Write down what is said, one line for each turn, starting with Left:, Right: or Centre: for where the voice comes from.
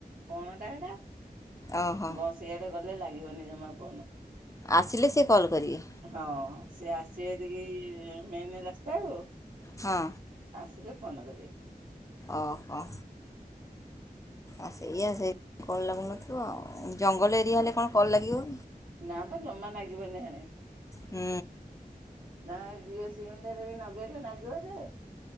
Right: ବଣ ଟା ହେଟା
Left: ଓହୋ
Right: ବ ସିଆଡେ ଗଲେ ଲାଗିବନି ଜମା ଫୋନ୍।
Left: ଆସିଲେ ସେ କଲ୍ କରିବେ।
Right: ହଁ ସେ ଆସିବେ ଟିକେ ଏ ମେନ୍ ରାସ୍ତାକୁ
Left: ହଁ।
Right: ଆସିଲେ ଫୋନ କରିବେ।
Left: ଓହୋ। ଆ ସେଇଆ ସେଇ କଲ୍ ଲାଗୁନଥିବ ଆଉ ଜଙ୍ଗଲ ଏରିଆ
Right: ହଁ
Left: ହେଲେ କଣ କଲ୍ ଲାଗିବ।
Right: ନା ପା ଜମା ଲାଗିବନି ହେଣେ।
Left: ହୁଁ।
Right: ନା ଜିଓ ସିମରେ ଟା ରେ ବି ଲଗେଇଲେ ନାଗିବ ଯେ